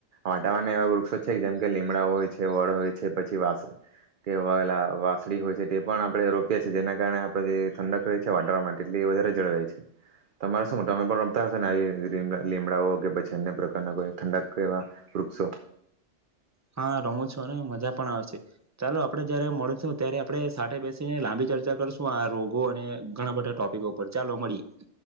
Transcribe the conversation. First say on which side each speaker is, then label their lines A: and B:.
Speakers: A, on the right (about 45°); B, on the right (about 25°).
A: વાટાવાને એવા વૃક્ષો છે જેમ કે લીમડા હોય છે, વડ હોય છે, પછી વાંસ કે વાવેલા વાંસળી હોય છે, તે પણ આપણે રોપીએ છીએ જેના કારણે આપણે જે ઠંડક રહે છે, વાતાવરણમાં તેટલી વધારે જળવાય છે. તમારે શું તમે પણ રોપતા હશો ને આવી લી લીમડાઓ કે પછી અન્ય પ્રકારના કોઈ ઠંડક એવા વૃક્ષો?
B: હા, રોમું છું, ને મજા પણ આવે છે. ચાલો આપણે જયારે મળશું. ત્યારે આપણે સાથે બેસીને લાંબી ચર્ચા કરશું આ રોગો અને ઘણા બધા ટોપિકો ઉપર ચાલો મળીએ.